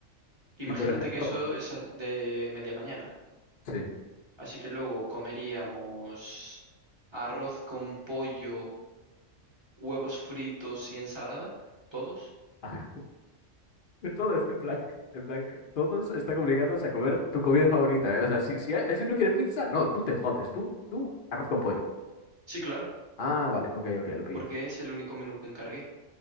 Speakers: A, on the right; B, on the left.
A: Imagínate
B: Y por ejemplo,
A: que eso es a- de media mañana.
B: sí.
A: Así que luego comeríamos arroz con pollo, huevos fritos y ensalada. ¿Todos?
B: <laughs> <laughs> Todo es en plan, en plan, todos están obligados a comer tu comida favorita. ¿eh? O sea, si, si, hay- si uno quiere pizza, no, tú te jodes, tú, tú arroz con pollo.
A: Sí, claro.
B: Ah, vale, ok, ok, lo pillo.
A: Porque es el único menú que encargué.